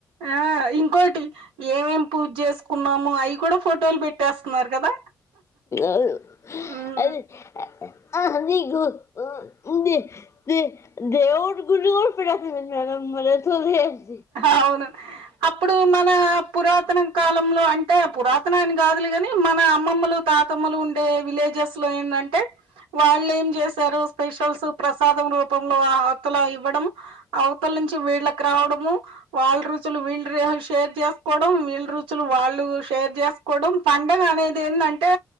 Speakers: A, on the right (about 75°); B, on the left (about 30°).
A: ఆ ఇంకోటి ఏమ్ పూజ చేసు కున్నాము అయి కూడా ఫోటోలు పెట్టేస్తున్నారు కదా.
B: అవును
A: ఉమ్
B: అది అ అది గు ఉ ఉంది దే దేవుడి గుడి కుడా పెట్టె <unintelligible>
A: అవును అప్పుడు మన పురాతనం కాలంలో అంటే పురాతనానికి కాదులే కాని మన అమ్మమ్మలు తాతమ్మలు ఉండే విలేజెస్ లో ఏందంటే వాళ్ళు ఏం చేసారు స్పెషల్స్ ప్రసాదం రూపంలో అవతలా ఇవ్వడం అవతల నుంచి వీళ్ళకి రావడం మ్మ్ వాళ్ళ రుచులు వీళ్ళు షేర్ చేసుకోవడం వీళ్ళ రుచులు వాళ్ళు షేర్ చేసు కొడం పండగ అనేది ఏంటంటే